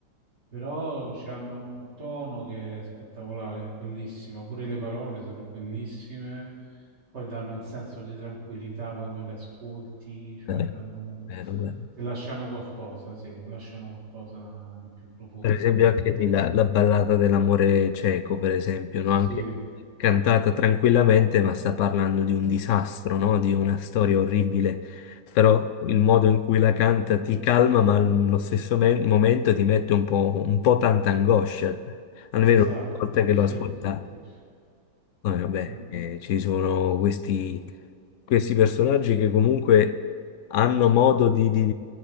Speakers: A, on the right; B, on the left.
A: Però hanno un tono che è spettacolare, è bellissima, pure le parole sono bellissime, poi danno un senso di tranquillità quando le ascolti, cioè
B: vero,
A: danno...
B: vero, vero.
A: ti lasciano qualcosa, sì, lasciano qualcosa di più profondo
B: Per esempio
A: di una semplice...
B: anche lì la, la ballata dell'amore cieco, per esempio,
A: Sì,
B: no? Anche cantata tranquillamente, ma sta parlando di un disastro, no? Di una storia orribile, però il modo in cui la canta ti calma, ma allo stesso me- momento ti mette un po', un po' tanta angoscia, almeno
A: Esatto,
B: una volta che
A: sì,
B: lo ascolta
A: sì, sì. sì.
B: No, e vabbè,
A: Mm.
B: eh, ci sono questi, questi personaggi che comunque hanno modo di, di-